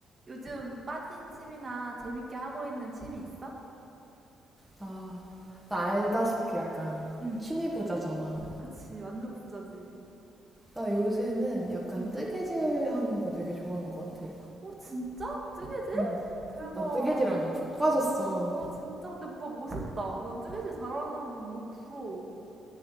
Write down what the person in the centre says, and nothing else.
나, 나 알다시피 약간
취미 부자잖아.
나 요새는 약간
뜨개질 하는 거 되게 좋아하는 것 같아.
응.
나 뜨개질하는 푹 빠졌어.